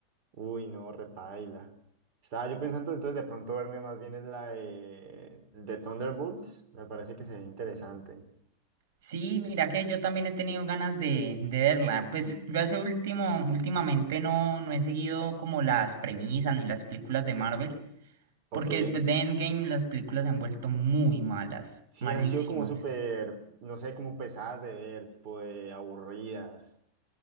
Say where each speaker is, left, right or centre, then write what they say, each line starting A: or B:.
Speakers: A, on the right; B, on the right.
A: Uy, no, repaila. Estaba yo pensando entonces de pronto verme más bien es la de, de Thunderbolts. Me parece que sería interesante.
B: Sí, mira que yo también he tenido ganas de, de verla. Pues yo hace último, últimamente no, no he seguido como las premisas ni las películas de Marvel,
A: Ok.
B: porque después de Endgame las películas se han vuelto muy malas,
A: Sí,
B: malísimas.
A: han sido como súper, no sé, como pesadas de ver, tipo de aburridas,